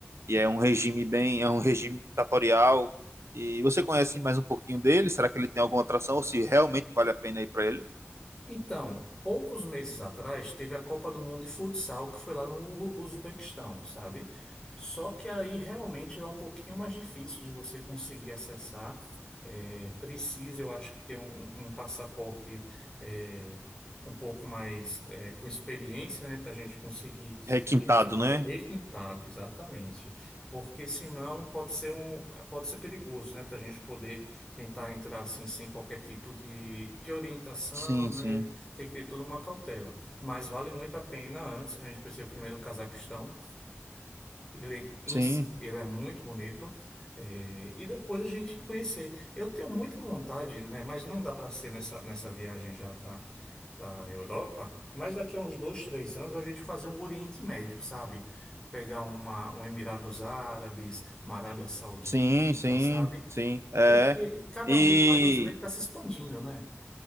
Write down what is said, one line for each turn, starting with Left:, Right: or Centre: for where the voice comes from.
Right: e é um regime bem, é um regime ditatorial. E você conhece mais um pouquinho dele? Será que ele tem alguma atração ou se realmente vale a pena ir para ele?
Left: Então, poucos meses atrás, teve a Copa do Mundo de Futsal, que foi lá no Ur- Uzbequistão, sabe? Só que aí realmente é um pouquinho mais difícil de você conseguir acessar. É, precisa, eu acho, que ter um, um passaporte é, um pouco mais é, com experiência, né? Para a gente conseguir
Right: Requintado,
Left: esse-
Right: né?
Left: requintado, exatamente. Porque senão pode ser um, pode ser perigoso, né? Para a gente poder tentar entrar assim sem qualquer tipo de, de orientação,
Right: Sim,
Left: né?
Right: sim,
Left: Tem que ter toda uma cautela. Mas vale muito a pena antes a gente conhecer primeiro o Cazaquistão. Ele em
Right: sim,
Left: si, ele é muito bonito. É, e depois a gente conhecer. Eu tenho muita vontade, né? Mas não dá para ser nessa, nessa viagem já da, da Europa. Mas daqui a uns dois, três anos a gente fazer um Oriente Médio, sabe? Pegar uma, um Emirados Árabes, uma Arábia Saudita,
Right: sim, sim,
Left: sabe?
Right: sim. É.
Left: Porque cada
Right: E
Left: vez mais você vê que está se expandindo, né?